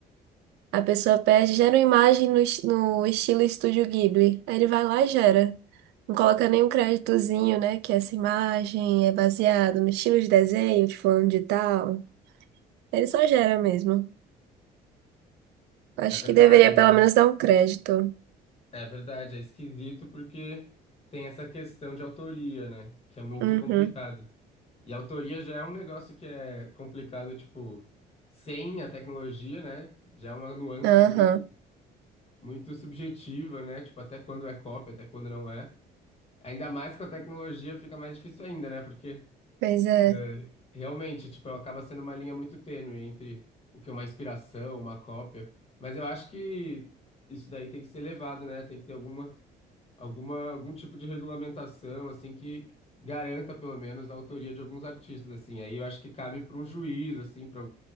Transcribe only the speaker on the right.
A pessoa pede, gera uma imagem no, es- no estilo Estúdio Ghibli. Aí ele vai lá e gera. Não coloca nenhum créditozinho, né, que essa imagem é baseada no estilo de desenho de fulano de tal. Ele só gera mesmo. Acho
que deveria pelo
menos dar um crédito.
Uhum,
aham,
pois é,